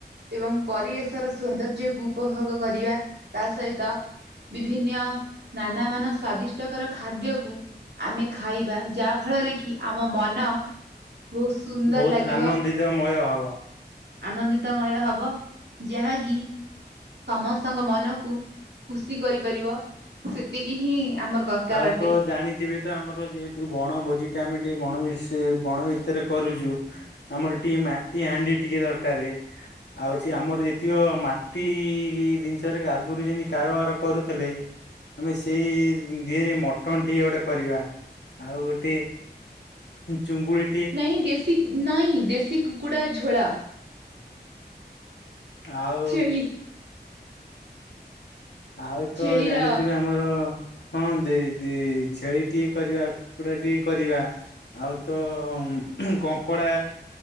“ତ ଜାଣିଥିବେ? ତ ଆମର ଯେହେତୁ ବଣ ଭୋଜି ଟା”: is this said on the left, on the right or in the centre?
Left